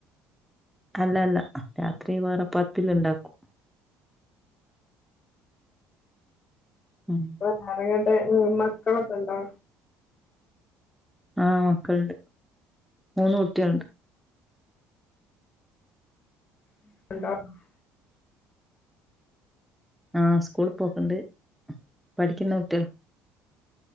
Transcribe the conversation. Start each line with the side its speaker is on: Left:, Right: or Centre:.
Centre: അല്ല അല്ല രാത്രി വേറെ പത്തില് ഒണ്ടാക്കും
Left: <unintelligible>
Centre: ഉം
Left: <unintelligible> മക്കളൊക്കെ ഉണ്ടോ?
Centre: ആഹ് മക്കളിണ്ട് മൂന്ന് കുട്ടികളിണ്ട്.
Left: <unintelligible>
Centre: ആഹ് സ്കൂളിപോക്കെണ്ട് പഠിക്കുന്ന കുട്ടികള